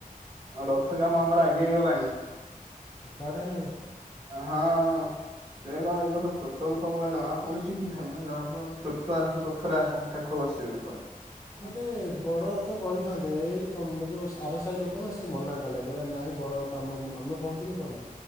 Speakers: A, on the right (about 40°); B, on the left (about 25°).
A: ରଥ କାମ ଆମର ଆଗେଇ ଗଲାଣି।
B: କେତେ ବାଟ ହେଲାଣି।
A: ହଁ ସେୟା କଣ ଏ ବର୍ଷ ଛୁଟ ରଥ ଭଳିଆ ଜଣା ପଡ଼ୁଚି କିନ୍ତୁ ହେଲେ ଜଣା <unintelligible> ଲୋକ ବସିବେ <unintelligible>
B: ଆରେ ବଡ ରଥ ତ କରିଥାନ୍ତେ ଏଇ ତମେ ଯୋଉ ଆର ସାହି ଲୋକ ନା ସେ ମନା କଲେ କହିଲେ ନାଇଁ ବଡ ଆମ ଆମେ କହୁଥିଲୁ କଣ